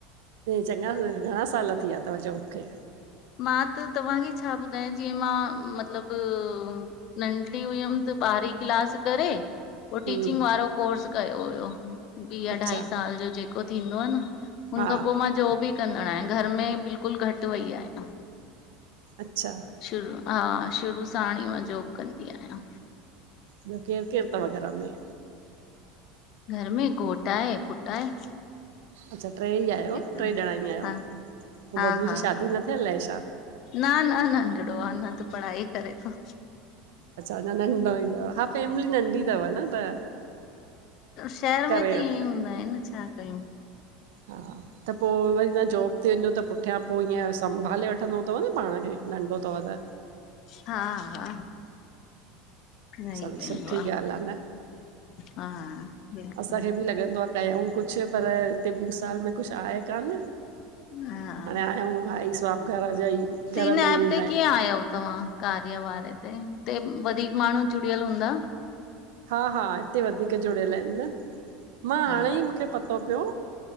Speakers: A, on the right; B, on the left.
A: चङा घणा साल थी विया थव जॉब खे?
B: मां त तव्हांखे छा ॿुधायां जीअं मां मतलब नंढी हुअमि त ॿारहीं क्लास करे पो टीचिंग
A: हम्म
B: वारो कोर्स कयो हुयो ॿी
A: अच्छा
B: अढाई साल जो जेको थींदो आ न हुन
A: हा
B: खां पो मां जॉब बि कंदड़ आहियां घर में बिल्कुलु घटि वई आहियां।
A: अच्छा
B: शुरू हा शुरू सांण ई मां जॉब कंदी आहियां
A: बियो केर केर तव घर में?
B: घर में घोट आहे पुट आहे।
A: अच्छा टे ई आहियो
B: हिकिड़ो
A: टे ॼणा ई आहियो
B: हा
A: पो
B: हा
A: बबू
B: हा
A: जी शादी
B: हा
A: न थियल ए छा?
B: न न नंढिड़ो आ अना त पढ़ाई करे थो।
A: ो ह <inaudible> फैमिली नंढी तव न त
B: शहर
A: करे
B: में त
A: वठ
B: इअं ई हूंदा आहिनि छा कयूं।
A: हा त पो वरी तहां जॉब ते वञो त पुठियां पो ईअं संभाले वठंदो थव न पाण खे नंढो तव त
B: हा हा रही
A: सभ
B: वेंदो
A: सुठी
B: आ,
A: ॻाल्हि आहे न
B: हा बिल्कुल
A: असांखे बि लॻंदो आहे कयऊूं कुझु पर हिते भू साल में कुझु आहे कोान
B: हा
A: हाणे आहे ऐं हुअ ई स्वाब घर जा ई
B: त हिन
A: घर
B: एप
A: में ई हूंदा
B: ते
A: आहिनि
B: <unintelligible> तव्हां कार्य वारे ते हुते वधीक माण्हू जुड़ियल हूंदा
A: हा हा हिते वधीक जुड़ियल आहिनि मां
B: हा
A: हाणे ई मूंखे पतो पियो